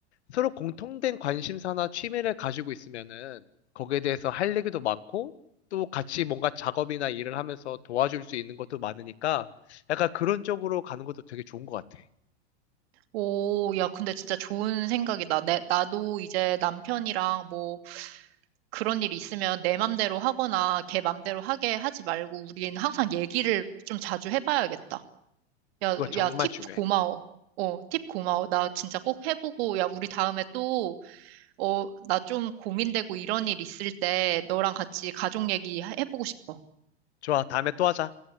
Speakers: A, on the left; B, on the right.
A: 서로 공통된 관심사나 취미를 가지고 있으면은 거기에 대해서 할 얘기도 많고 또 같이 뭔가 작업이나 일을 하면서 도와줄 수 있는 것도 많으니까 약간 그런 쪽으로 가는 것도 되게 좋은 것 같아.
B: 오, 야, 근데 진짜 좋은 생각이다. 내, 나도 이제 남편이랑 뭐 그런 일이 있으면 내 맘대로 하거나 걔 맘대로 하게 하지 말고 우린 항상 얘기를 좀 자주 해봐야겠다. 야,
A: 그거 정말
B: 야, 팁
A: 중요해.
B: 고마워. 어, 팁 고마워. 나 진짜 꼭 해보고, 야, 우리 다음에 또, 어, 나 좀 고민되고 이런 일 있을 때 너랑 같이 가족 얘기 해- 해보고 싶어.
A: 좋아, 다음에 또 하자.